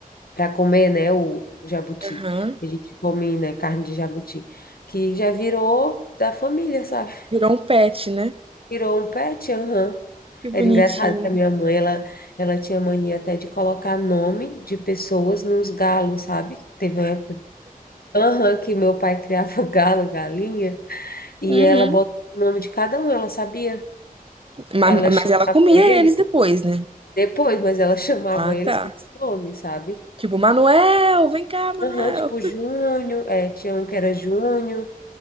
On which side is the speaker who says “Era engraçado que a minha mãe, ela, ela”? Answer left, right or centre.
Left